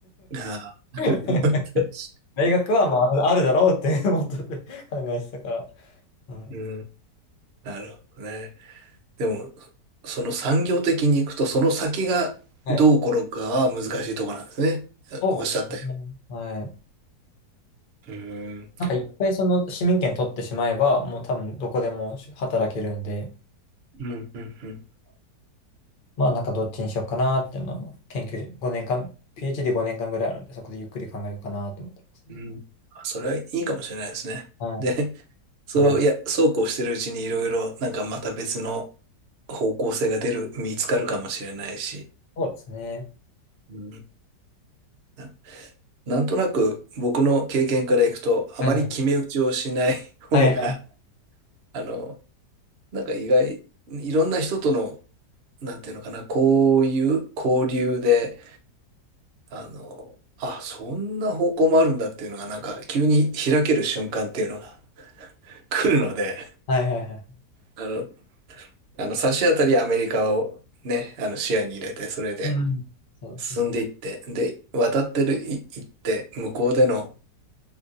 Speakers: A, on the right; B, on the left.
A: ああ。<laughs>
B: <laughs> 大学は、まあ、あるだろうって思ってて <laughs> 考えてたから。はい。
A: うん。なるほどね。でも、その産業的に行くと、その先がどう転ぶかは難しいところなんですね。
B: はい。そうですね。
A: おっしゃったよ
B: はい。
A: うに
B: なんか一回その市民権取ってしまえば、もう多分どこでも働けるんで。
A: うんうんうんうん
B: まあなんかどっちにしようかなっていうのを研究し、5年間、PhD 5年間ぐらいあるんで、そこでゆっくり考えようかなと思ってますね。
A: うんあそれれはいいいかもしれなでですねで
B: はい。
A: そう、
B: ドラゴン
A: いや、そうこうしてるうちにいろいろ、なんかまた別の方向性が出る、見つかるかもしれないし、
B: そうですね。
A: うんななんとなく僕の経験からいくと、
B: はいはい。
A: あまり決め打ちをしない <laughs> 方が、
B: はい
A: あの、なんか意外、いろんな人との、なんていうのかな、こういう交流で、あの、あ、そんな方向もあるんだっていうのが、なんか急に開ける瞬間っていうのが <laughs> 来るので、
B: はいはいはいはい。
A: あの、あの差し当たりアメリカをね、あの視野に入れて、それで、
B: うん。そうですね。
A: 進んでいって、で、渡ってる、い、行って、向こうでの、